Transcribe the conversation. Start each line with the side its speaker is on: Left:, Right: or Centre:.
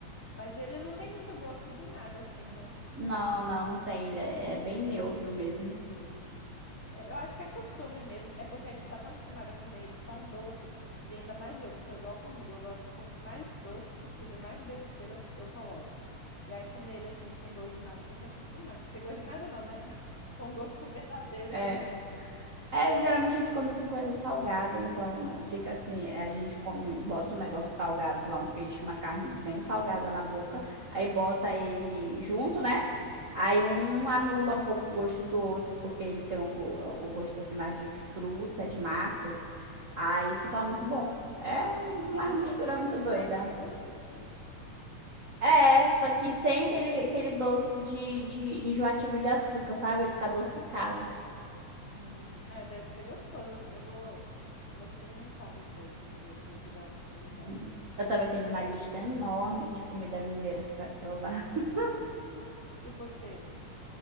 Left: Mas ele não tem muito gosto de nada assim, né?
Right: Não, não, não tem, ele é, é bem neutro mesmo.
Left: É, Eu acho que é costume mesmo, é porque a gente tá tão acostumada a comer ele tão doce, e ainda mais eu, que sou igual formiga, eu gosto quanto mais doce possível, mais besteira eu, eu coloco. E aí comer ele assim, sem gosto de nada, tem que acostumar. Sem gosto de nada não, né? <laughs> Com o gosto verdadeiro
Right: É,
Left: dele.
Right: É, geralmente a gente come com coisa salgada, então fica assim, é, a gente come, bota um negócio salgado, sei lá, um peixe, uma carne bem salgada na boca, aí bota ele junto, né? Aí um
Left: Aham.
Right: anula um pouco o gosto do outro, porque ele tem o, go- o gosto assim mais de fruta, de mato, aí fica muito bom. É um-
Left: Deve
Right: uma
Left: ser,
Right: mistura
Left: fica
Right: muito
Left: tipo
Right: doida.
Left: agridoce assim?
Right: É, só que sem aquele, aquele doce de, de enjoativo de açúcar, sabe? Ele fica adocicado.
Left: Hum, é, deve ser gostoso. Eu vou, vou experimentar depois, um dia, se eu tiver a oportunidade.
Right: Uhum. Eu também tenho uma lista enorme de comida mineira que eu quero provar. <laughs>
Left: Tipo o quê?